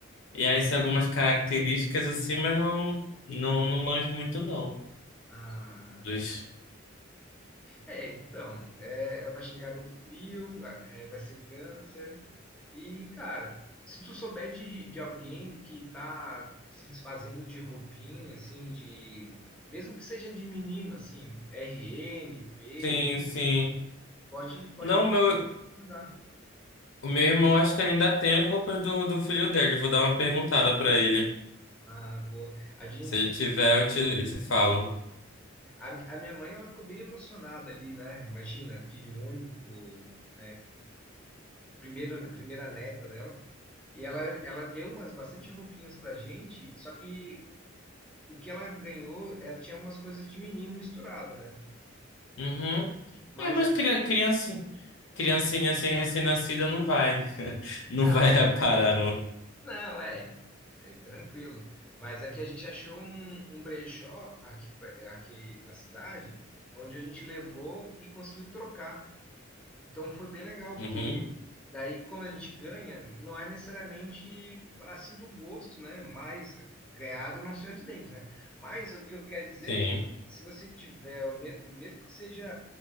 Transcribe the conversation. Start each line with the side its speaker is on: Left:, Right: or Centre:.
Left: e aí sei algumas características assim, mas não, não, não manjo muito não.
Centre: Ah,
Left: Dos-
Centre: É, então, é, ela vai chegar no frio, é, vai ser câncer. E, cara, se tu souber de, de alguém que tá se desfazendo de roupinha, assim, de. Mesmo que seja de menino, assim, RN, P,
Left: Sim, sim.
Centre: pode, pode
Left: Não, meu,
Centre: mandar.
Left: o meu irmão acho que ainda tem as roupas do, do filho dele. Vou dar uma perguntada pra ele.
Centre: Ah, boa. A gente.
Left: Se ele tiver, eu te, eu te falo.
Centre: A, mi- a minha mãe, ela ficou bem emocionada ali, né? Imagina, filho único, né? Primeiro, primeira neta dela. E ela, ela deu umas bastante roupinhas pra gente, só que o que ela ganhou, ela tinha umas coisas de menino misturado, né?
Left: Uhum.
Centre: Mas
Left: É, mas
Centre: a...
Left: crian- criança, criancinha assim recém-nascida não vai. <laughs> Não
Centre: não,
Left: vai
Centre: é,
Left: parar no.
Centre: não, é, é tranquilo. Mas aqui a gente achou um, um brechó aqui, é, aqui na cidade, onde a gente levou e conseguiu trocar. Então foi bem legal,
Left: Uhum,
Centre: porque daí como a gente ganha, não é necessariamente assim do gosto, né? Mas ganhado não se olha os dentes, né? Mas o que eu quero dizer
Left: sim.
Centre: é que se você tiver, o me- mesmo que seja